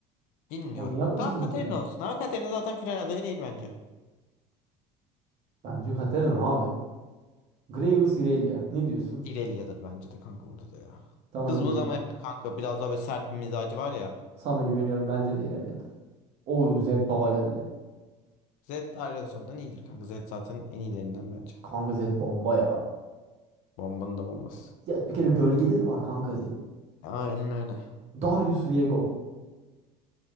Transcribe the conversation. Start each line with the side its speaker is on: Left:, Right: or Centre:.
Left: Bilmiyorum.
Right: Manyak mısın
Left: Tamam Katarina
Right: sen?
Left: olsun ama Katarina zaten final adayı değil bence.
Right: Bence Katerina abi. Graves Irelia. Ne diyorsun?
Left: İrelia'dır bence de kanka burada da ya.
Right: Sana
Left: Kızımız
Right: güveniyorum.
Left: ama yani kanka biraz daha böyle sert bir mizacı var ya.
Right: Sana güveniyorum. Bence de İrelia'dır. O Zed baba geldi.
Left: Zed Aerosol'dan iyidir kanka. Zed zaten en iyilerinden bence.
Right: Kanka Zed bomba ya.
Left: Bombanın da bombası.
Right: Ya bir kere gölgeleri var kanka Zed'in.
Left: Aynen öyle.
Right: Darius Viego.